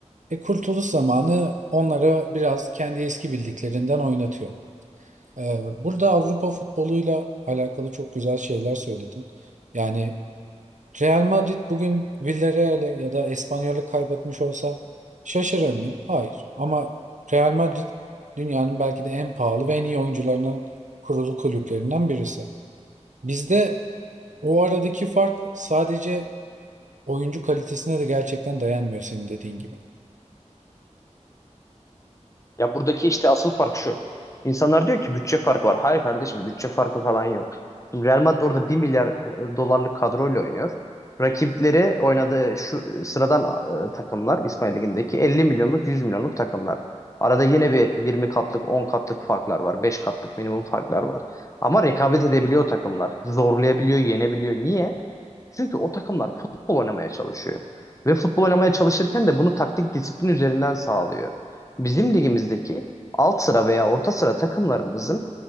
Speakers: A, on the right (about 80°); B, on the left (about 25°).
A: E kurtuluş zamanı onlara biraz kendi eski bildiklerinden oynatıyor. Ee, burada Avrupa futboluyla alakalı çok güzel şeyler söyledin. Yani Real Madrid bugün Villarreal'e ya da Espanyol'e kaybetmiş olsa şaşırır mıyım? Hayır. Ama Real Madrid dünyanın belki de en pahalı ve en iyi oyuncularının kurulu kulüplerinden birisi. Bizde o aradaki fark sadece Oyuncu kalitesine de gerçekten dayanmıyor senin dediğin gibi.
B: Ya buradaki işte asıl fark şu. İnsanlar diyor ki bütçe farkı var. Hayır kardeşim bütçe farkı falan yok. Şimdi Real Madrid orada bir milyar e, dolarlık kadroyla oynuyor. Rakipleri oynadığı şu e, sıradan e, takımlar İspanya Ligi'ndeki 50 milyonluk 100 milyonluk takımlar. Arada yine bir 20 katlık 10 katlık farklar var. beş katlık minimum farklar var. Ama rekabet edebiliyor takımlar. Zorlayabiliyor, yenebiliyor. Niye? Çünkü o takımlar futbol oynamaya çalışıyor. Ve futbol oynamaya çalışırken de bunu taktik disiplin üzerinden sağlıyor. Bizim ligimizdeki alt sıra veya orta sıra takımlarımızın